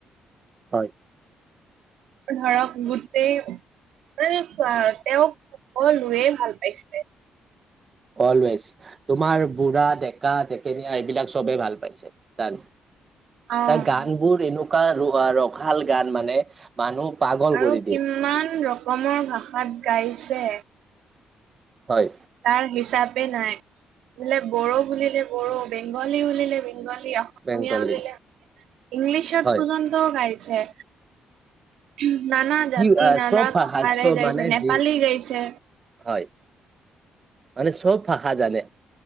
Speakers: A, on the right; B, on the right.
A: হয়।
B: ধৰক গোটেই তেওঁক সকলোয়ে ভাল পাইছিলে।
A: অলৱেজ তোমাৰ বুঢ়া, ডেকা, টেকেনীয়া এইবিলাক চবে ভাল পাইছে তাক।
B: অ'।
A: তাৰ গান বোৰ এনেকুৱা ৰসাল গান মানে মানুহ- পাগল
B: আৰু
A: কৰি
B: কিমান
A: দিয়ে
B: ৰকমৰ ভাষাত গাইছে।
A: হয়।
B: তাৰ হিচাপে নাই বোলে বড়ো বুলিলে বড়ো বেংগলী বুলিলে বেংগলী অসমীয়া
A: বেংগলী
B: বুলিলে ইংলিছত
A: হয়
B: পৰ্যন্তও গাইছে। উম নানা
A: কি
B: জাতি
A: আহ,
B: নান
A: চব ভাষা
B: ভাষাৰে
A: চব
B: গাইছিলে।
A: মানে
B: নেপালী
A: যি
B: গাইছে। <inaudible>
A: হয়
B: <unintelligible>
A: মানে চব ভাষা জানে